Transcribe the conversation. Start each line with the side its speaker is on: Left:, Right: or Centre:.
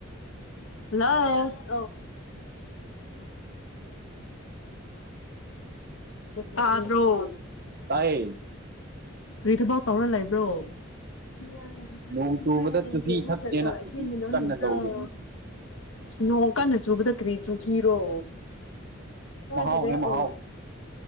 Left: <unintelligible> ꯇꯥꯕꯔꯣ
Right: ꯇꯥꯏꯌꯦ
Left: ꯀꯔꯤ ꯊꯕꯛ ꯇꯧꯔ ꯂꯩꯕ꯭ꯔꯣ <unintelligible>
Right: ꯅꯣꯡ ꯆꯨꯕꯗ ꯆꯨꯍꯤ ꯊꯛꯀꯦꯅ ꯀꯟꯅ ꯇꯧꯔꯤ
Left: ꯅꯣꯡ ꯀꯟꯅ ꯆꯨꯕꯗ ꯀꯔꯤ ꯆꯨ ꯍꯤꯔꯣ ꯍꯣꯏ
Right: ꯃꯍꯥꯎꯅꯦ
Left: ꯐꯗꯤ ꯑꯣ
Right: ꯃꯍꯥꯎ